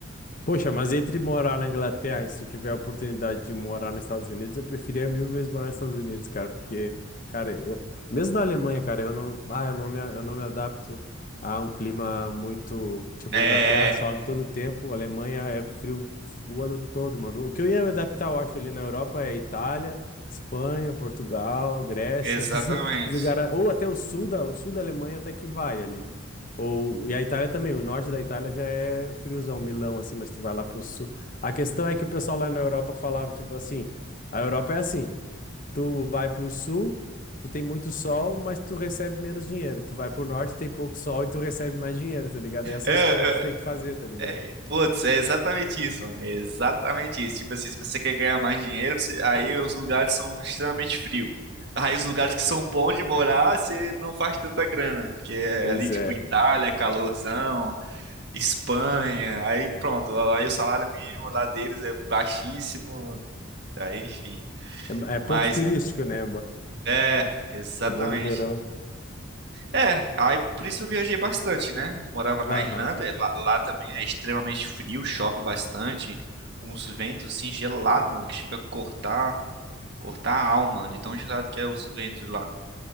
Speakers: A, on the left; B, on the right.
A: Poxa, mas entre morar na Inglaterra e se tu tiver a oportunidade de morar nos Estados Unidos, eu preferia mil vezes morar nos Estados Unidos, cara, porque, cara, eu, mesmo na Alemanha, cara, eu não, ah, eu não me, eu não me adapto a um clima muito, tipo,
B: É,
A: Inglaterra chove todo o tempo, Alemanha é frio o ano todo, mano. O que eu ia me adaptar, eu acho, ali na Europa é Itália, Espanha, Portugal, Grécia,
B: é, exatamente.
A: <laughs> os lugares, ou até o sul da, o sul da Alemanha até que vai ali. Ou, e a Itália também, o norte da Itália já é friozão, Milão, assim, mas tu vai lá pro sul. A questão é que o pessoal lá na Europa falava, tipo assim, a Europa é assim, tu vai pro sul, tu tem muito sol, mas tu recebe menos dinheiro. Tu vai pro norte, tem pouco sol e tu recebe mais dinheiro, tá ligado? Essa
B: É,
A: é a escolha que tu tem
B: é,
A: que fazer, tá ligado?
B: É, putz, é exatamente isso, mano. É exatamente isso. Tipo assim, se você quer ganhar mais dinheiro, você- aí os lugares são extremamente frios. Aí os lugares que são bons de morar, você não faz tanta grana. Que é
A: Pois
B: ali, tipo,
A: é.
B: Itália, calorzão, Espanha. Aí pronto, aí o salário mínimo lá deles é baixíssimo. Aí, enfim.
A: É, é ponto
B: Mas,
A: turístico, né?
B: é, exatamente.
A: É, é bom no verão.
B: É, aí por isso eu viajei bastante, né? Eu Morava na
A: Aham.
B: Irlanda, e lá, lá também é extremamente frio, chove bastante, uns ventos assim gelados, mano, que chega a cortar, cortar a alma de tão gelado que é os ventos lá.